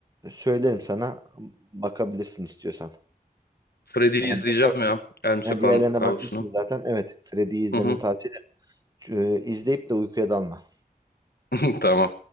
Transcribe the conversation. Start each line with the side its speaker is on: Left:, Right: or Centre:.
Right: söylerim sana bakabilirsin istiyorsan.
Left: Freddy'yi
Right: Yani
Left: izleyeceğim
Right: bir,
Left: ya. Elm Sokağın
Right: yani diğerlerine
Left: Kabusu'nu.
Right: bakmışsın zaten. Evet, Freddy'yi izlemeni
Left: Hı hı.
Right: tavsiye ederim. Ee, İzleyip de uykuya dalma.
Left: <laughs> Tamam.